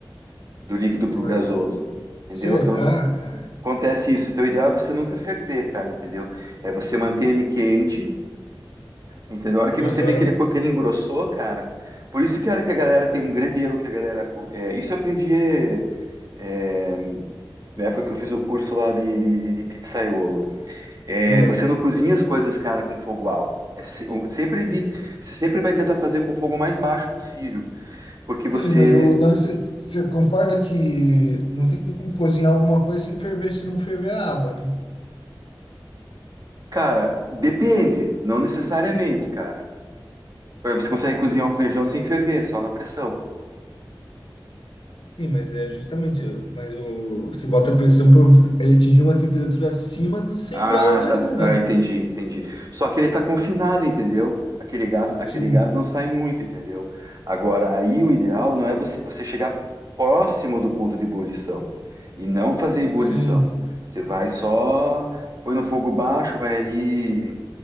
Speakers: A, on the right; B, on the left.
A: do líquido para o
B: Ah,
A: gasoso. Entendeu?
B: Será,
A: Então,
B: cara?
A: acontece isso. Então, o ideal é você nunca ferver, cara, entendeu? É você manter ele quente, entendeu? A hora que você
B: Aham.
A: vê que ele, co, que ele engrossou, cara. Por isso, cara, que a galera tem um grande erro que a galera. co- é, isso eu aprendi é, na época que eu fiz o curso lá de, de, de de pizzaiolo. É,
B: Ah.
A: você não cozinha as coisas, cara, com fogo alto. É se- o- sempre evita, você sempre vai tentar fazer com o fogo mais baixo possível, porque você,
B: Sim, mas o lance, você concorda que não tem como cozinhar alguma coisa sem ferver, se não ferver a água, né?
A: cara, depende, não necessariamente, cara. Por exemplo, Você consegue cozinhar o feijão sem ferver, só na pressão.
B: Sim, mas é justamente, mas o, você bota a pressão para ele atingir uma temperatura acima dos 100
A: Ah,
B: graus ainda,
A: tá. Ah,
B: né?
A: entendi, entendi. Só que ele tá confinado, entendeu? Aquele gás, aquele
B: Sim,
A: gás não sai muito, entendeu? Agora, aí o ideal não é você, você chegar próximo do ponto de ebulição e não fazer ebulição.
B: sim,
A: Você vai só, põe no fogo baixo, vai ali